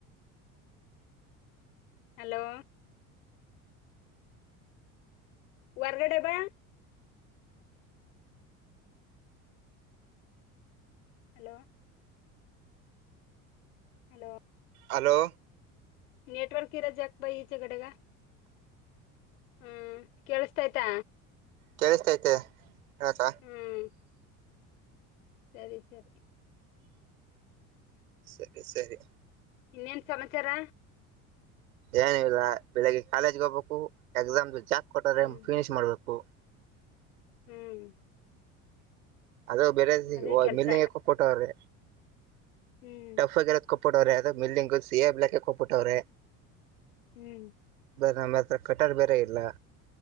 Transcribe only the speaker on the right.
ಹಲೋ
ಕೇಳಿಸ್ತೈತೆ ಹತ
ಸರಿ ಸರಿ
ಏನ ಇಲ್ಲ ಬೆಳಿಗ್ಗೆ ಕಾಲೇಜ್ಗೆ ಹೋಗ್ಬೇಕು ಎಕ್ಸಾಮ್ ಜಾಕ್ ಕೊಟ್ಟ್ರೆ
ಫಿನಿಶ್ ಮಾಡ್ಬೇಕು
ಅದ ಬೇರೆ
ಮೇಲ್ನಗೆ ಕೊಟ್ಟವ್ರಿ
ಟಫ್ ಆಗಿರೋ ಕೊಬಿಟ್ಟವ್ರೆ ಅದ ಮಿಲ್ಡಿಂಗು ಸಿ ಎಾ ಬ್ಲಾಕ್ಗೆ ಕೊಪ್ಪಬಿಟ್ಟವ್ರೆ
ನಮ್ಮ ಹತ್ರ ಕಟ್ಟರ್ ಬೇರೆ ಇಲ್ಲ